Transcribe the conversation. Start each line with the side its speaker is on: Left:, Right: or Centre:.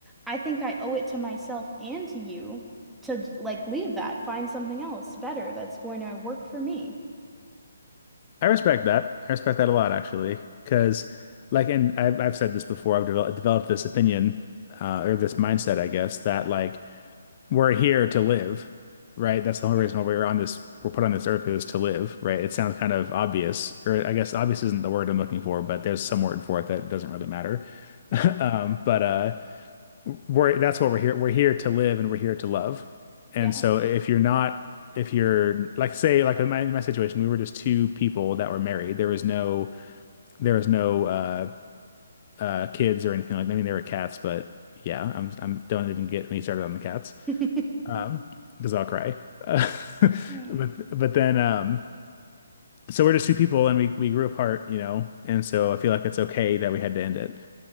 Centre: I think I owe it to myself and to you to like leave that, find something else better that's going to work for me.
Left: I respect that. I respect that a lot, actually, because like, and I've I've said this before. I've developed developed this opinion uh, or this mindset, I guess, that like we're here to live, right? That's the whole
Centre: Yep.
Left: reason why we're on this. We're put on this earth is to live, right? It sounds kind of obvious, or I guess obvious isn't the word I'm looking for, but there's some word for it that doesn't really matter. <laughs> Um, but uh, we're that's what we're here. We're here to live and we're here to love. And
Centre: Yeah.
Left: so if you're not, if you're like say like in my in my situation, we were just two people that were married. There was no there was no uh uh kids or anything like that. I mean there were cats, but yeah, I'm I'm don't even get me started on the cats.
Centre: <laughs>
Left: Um because I'll cry. Uh, <laughs>
Centre: Hmm.
Left: but but then um so we're just two people and we we grew apart, you know. And so I feel like it's okay that we had to end it.